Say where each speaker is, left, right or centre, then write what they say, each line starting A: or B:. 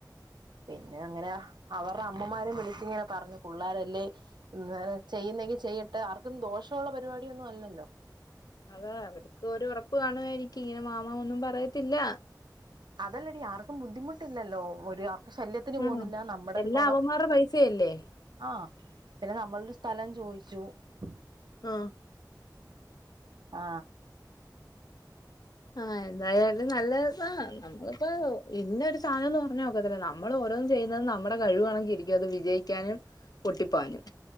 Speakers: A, on the right (about 75°); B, on the left (about 60°).
A: പിന്നെ അങ്ങനെ അവരുടെ അമ്മമാരും വിളിച്ച ഇങ്ങനെ പറഞ്ഞു പിള്ളോരല്ലേ എന്ത ചെയ്യുന്നെങ്കി ചെയ്യട്ടെ ആർക്കും ദോഷമുള്ള പരിപാടിയൊന്നും അല്ലല്ലോ
B: അതാ അവർക്ക് ഒരു ഉറപ്പ് കാണു എനിക്ക് ഇങ്ങനെ മാമാ ഒന്നും പറയത്തില്ല
A: അതല്ലരു ആർക്കും ബുദ്ധിമുട്ടില്ലല്ലോ ഒരു ശല്യത്തിന് പോകുന്നില്ല
B: ഉം
A: നമ്മുടെ
B: എല്ലാം
A: ഒരു കുളം
B: അവന്മാരുടെ പൈസയല്ലേ
A: ആഹ പിന്നെ നമ്മളൊരു സ്ഥലം ചോയിിച്ചു ജൂ
B: ആ
A: ആ
B: ആ എന്തായാലും നല്ലതാ നമ്മളിപ്പോ ഇന്ന ഒരു സാനോന്ന് പറഞ്ഞ ഒക്കത്തില്ല നമ്മള് ഓരോന്ന് ചെയ്യുന്നത് നമ്മുടെ കഴുവോണക്കിരിക്കും അത് വിജയിക്കാനും പൊട്ടിപ്പാനും